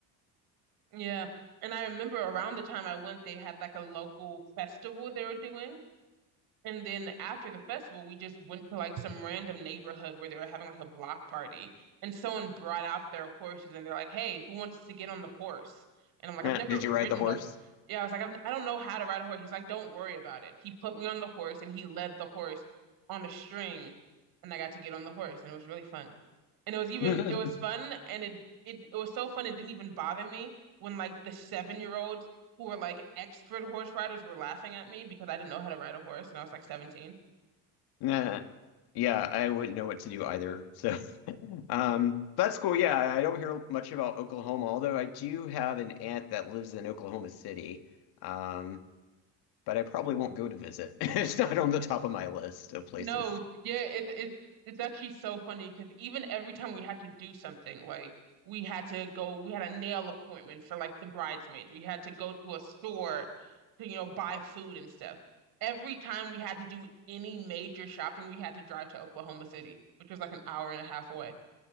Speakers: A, on the right (about 60°); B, on the left (about 65°).
A: Yeah. And I remember around the time I went, they had like a local festival they were doing. And then after the festival, we just went to like some random neighborhood where they were having like a block party. And someone brought out their horses and they're like, hey, who wants to get on the horse? And I'm like,
B: Eh,
A: I've never
B: Did you
A: ridden
B: ride the horse?
A: a, yeah, I was like, I've, I don't know how to ride a horse. He's like, don't worry about it. He put me on the horse and he led the horse on a string and I got to get on the horse and it was really fun. And it was even,
B: <laughs>
A: it was fun and it, it, it was so fun. It didn't even bother me when like the seven year old who were like expert horse riders were laughing at me because I didn't know how to ride a horse and I was like 17.
B: Nah. Yeah, I wouldn't know what to do either. So, <laughs> um, that's cool. Yeah, I don't hear much about Oklahoma, although I do have an aunt that lives in Oklahoma City. Um, but I probably won't go to visit. <laughs> It's not on the top of my list of places.
A: No, yeah, it it it's actually so funny because even every time we had to do something, like we had to go, we had a nail appointment for like the bridesmaids. We had to go to a store to, you know, buy food and stuff. Every time we had to do any major shopping, we had to drive to Oklahoma City, which was like an hour and a half away.